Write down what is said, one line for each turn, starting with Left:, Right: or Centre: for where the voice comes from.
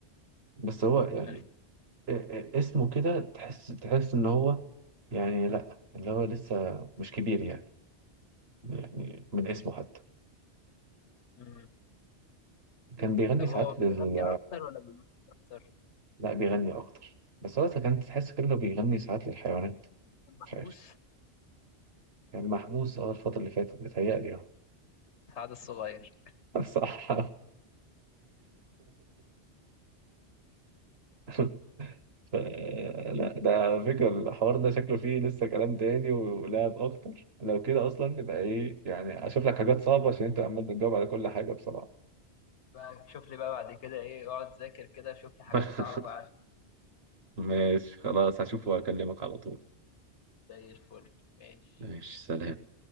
Right: بس هو يعني
Left: ألف
Right: آه، آه، اسمه كده تحس تحس ان هو يعني لا اللي هو لسه مش كبير يعني يعني من اسمه حتى
Left: امم
Right: كان بيغني
Left: طب
Right: ساعات
Left: هو بيغني
Right: لل
Left: اكتر ولا بيمثل اكتر
Right: لا بيغني اكتر بس هو كان تحس كده إنه بيغني ساعات للحيوانات
Left: المحبوس
Right: مش عارف كان محبوس اه الفترة اللي فاتت بيتهيألي اه
Left: سعد الصغير
Right: <laughs> صح <laughs> ف- لا ده على فكرة الحوار ده شكله فيه لسه كلام تاني ولعب أكتر لو كده أصلا تبقى إيه يعني أشوف لك حاجات صعبة عشان أنت عمال بتجاوب على كل حاجة بصراحة
Left: بقى شوف لي بقى بعد كده ايه اقعد ذاكر كده شوف لي حاجات
Right: <laughs>
Left: صعبة بقى عشان
Right: ماشي خلاص هشوف واكلمك على طول
Left: زي الفل ماشي
Right: ماشي سلام